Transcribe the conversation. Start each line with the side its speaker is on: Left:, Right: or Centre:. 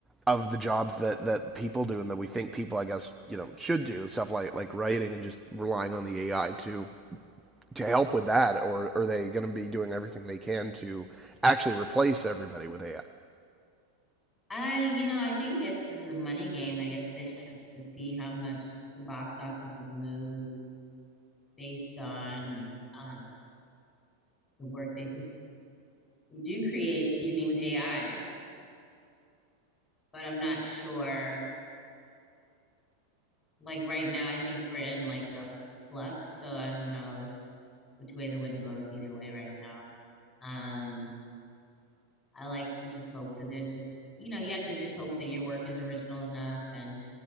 Centre: of the jobs that that people do and that we think people, I guess, you know, should do stuff like like writing and just relying on the AI to to help with that, or are they going to be doing everything they can to actually replace everybody with
Left: I, you know, I think I guess it's a money game. I guess they have to see how much the box offices move based on um, the work they do We do create, excuse me, with AI. But I'm not sure. Like right now, I think we're in like a flux, so I don't know which way the wind blows either way right now. Um, I like to just hope that there's just, you know, you have to just hope that your work is original enough and